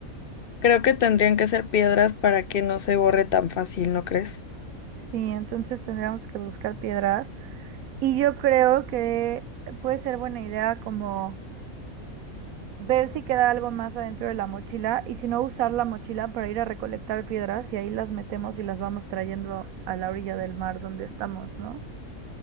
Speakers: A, on the left; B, on the right.
A: Creo que tendrían que ser piedras para que no se borre tan fácil, ¿no crees?
B: Sí, entonces tendríamos que buscar piedras. Y yo creo que puede ser buena idea como ver si queda algo más adentro de la mochila y si no usar la mochila para ir a recolectar piedras y ahí las metemos y las vamos trayendo a la orilla del mar donde estamos, ¿no?